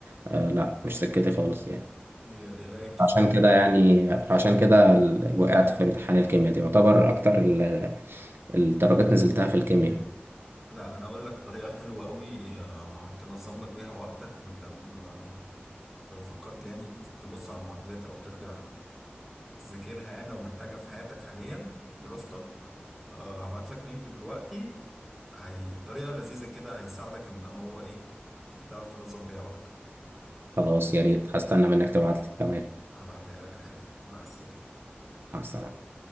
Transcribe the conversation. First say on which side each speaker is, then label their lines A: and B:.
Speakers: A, on the right (about 70°); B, in the centre.
A: آه لا مش سكتي خالص يعني
B: هي القرايه كتير
A: عشان كده يعني عشان كده ال- وقعت في امتحان الكيمياء دي يعتبر اكتر ال- الدرجات نزلتها في الكيمياء
B: لا انا اقول لك طريقه حلوه قوي آه، تنظم لك بيها وقتك وانت ب- لو فكرت يعني ت- تبص على المعادلات او ترجع تذاكرها يعني لو محتاجها في حياتك حاليا في دراستك آه، هبعت لك لينك دلوقتي هي طريقه لذيذه كده هيساعدك ان هو ايه تعرف تنظم بيها وقتك
A: خلاص يا ريت هستنى منك تبعت لي تمام
B: هبعتها لك حالا مع السلامه
A: مع السلامة